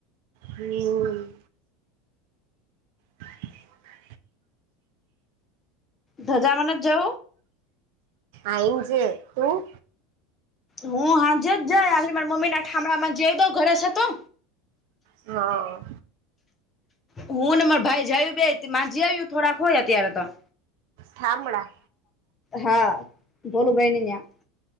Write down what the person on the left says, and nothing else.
ધજામાં નથ જઉ.
હું હાજે જાય આખળ મારા મમ્મી ના થામણા માજી જઈ દઉ ઘરસ હતો.
હું ને માર ભાઈ જું ભ મામાંજી આવ્યું થોડાક હોય અત્યારે તો.
હા ભોલું ભાઈને યાં.